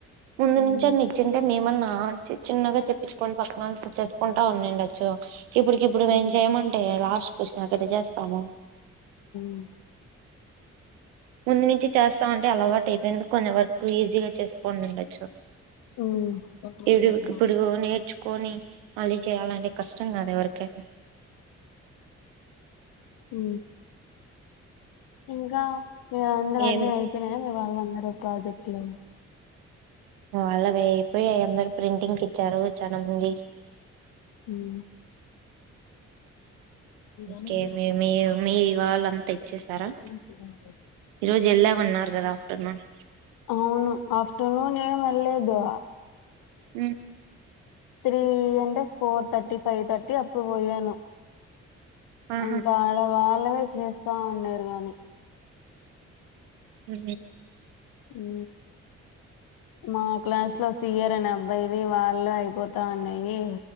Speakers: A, on the right; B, on the left.
A: ముంధు
B: ఉమ్
A: నించి అన్నా ఇచింతే మేమన్నా ఆ చిన్నగా చెప్పుకోని పక్కన చేసుకుంటా ఉన్నిందచ్చు ఇప్పుడికప్పుడు
B: ఉమ్
A: మేం చేయమంటే లాస్ట్ క్వశ్చన్ ఎట్లా చేస్తాము
B: <inaudible>
A: ముందు నుంచి చేస్తామంటే అలవాటు అయిపోయింది కొవరకు ఈజీగా చేసుకోని ఉండొచ్చు
B: ఉమ్
A: ఎప్పుడుప్పుడు నేర్చుకోని మళ్ళీ చేయాలంటే కష్టం కాదా ఎవరికైనా
B: ఉ ఇంకా మీ అందరు అన్ని
A: ఏమి
B: అయిపోయినాయా మీ వాళ్ళుందరుూ ప్రాజెక్ట్లు
A: వాళ్ళవి అయిపోయి అందరుూ ప్రింటింగ్ ఇచ్చారు చాలా మంది
B: ఉ హు ఇవేనే
A: కే
B: జరపా
A: మీ మీ మీవాళ్ళ అంతా వచ్చసారా
B: రైటింగ్ చేయాలి
A: ఈ రోజు వెళ్ళామన్నారు కదా ఆఫ్టర్నూన్
B: అవును ఆఫ్టర్నూన్ ఏం వెళ్లేదు
A: అమ్
B: త్రీ అంటే ఫోర్ థర్టీ ఫైవ్ థర్టీ అప్పుడు పోయాను
A: ఆహా
B: ఇంకా ఆడవాళ్ళవే చేస్తా ఉండారు కాగానీ
A: అ
B: ఉ మా క్లాస్ లో సయర్ అనే అబ్బాయిది వాళ్ళు అయిపోతా ఉన్నాయి